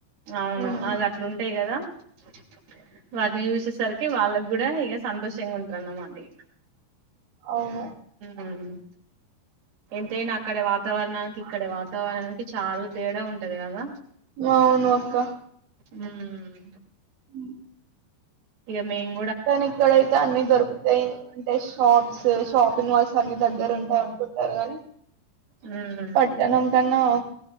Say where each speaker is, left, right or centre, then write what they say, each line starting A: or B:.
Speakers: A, on the right (about 65°); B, on the right (about 85°).
A: అవును
B: ఉమ్
A: ఇగ అట్లు ఉంటయ్ గదా <unintelligible> వాటిని చూసేసరికి వాళ్ళక్ గుడా ఇగ సంతోషంగా ఉంటరన్నమాట ఇ
B: అవును.
A: అవును ఎంతైన అక్కడ వాతావరణానికి ఇక్కడ వాతావరణానికి చాలా తేడా ఉంటది కదా
B: అవును అక్క.
A: మ్మ్
B: అ
A: ఇగ మెయిన్
B: కని ఇక్కడైతే అన్ని దొరుకుతయి అంటే షాప్స్ షాపింగ్ మాల్స్ అన్ని దగ్గరుంటయి అనుకుంటర్ గని
A: ఉమ్
B: పట్టణం కన్నా